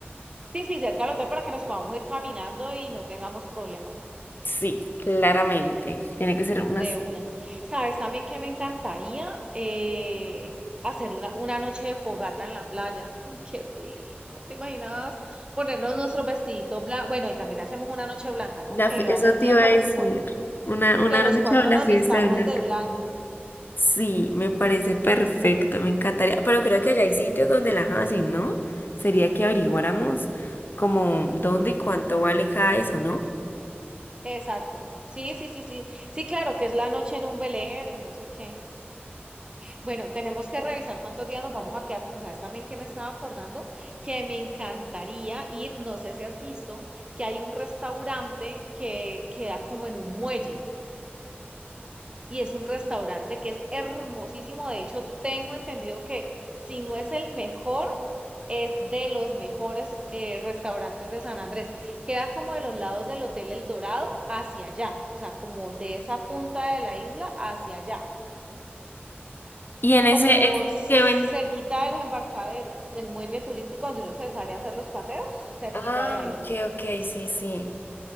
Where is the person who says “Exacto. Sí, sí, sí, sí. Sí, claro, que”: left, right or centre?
Right